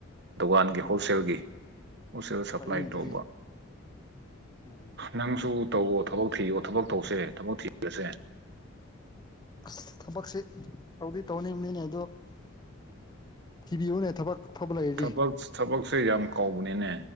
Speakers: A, on the right; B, on the left.
A: ꯗꯨꯀꯥꯟꯒꯤ
B: ꯑꯣ
A: ꯍꯣꯜꯁꯦꯜꯒꯤ ꯍ‌ꯣꯜꯁꯦꯜ ꯁꯄ꯭ꯂꯥꯏ
B: ꯐꯩꯅꯦ ꯑꯗꯨꯗꯤ
A: ꯇꯧꯕ
B: ꯎꯝ
A: ꯅꯪꯁꯨ ꯇꯧꯋꯣ ꯊꯕꯛ ꯊꯤꯌꯣ ꯊꯕꯛ ꯇꯧꯁꯦ ꯊꯕꯛ ꯊꯤꯔꯁꯦ
B: ꯑꯁ ꯊꯕꯛꯁꯦ ꯇꯧꯗꯤ ꯇꯧꯅꯤꯡꯕꯅꯤꯅꯦ ꯑꯗꯣ ꯊꯤꯕꯤꯌꯨꯅꯦ ꯊꯕꯛ ꯑꯐꯕ ꯂꯩꯔꯗꯤ
A: ꯊꯕꯛ ꯊꯕꯛꯁꯦ ꯌꯥꯝ ꯀꯥꯎꯕꯅ‌ꯦꯅꯦ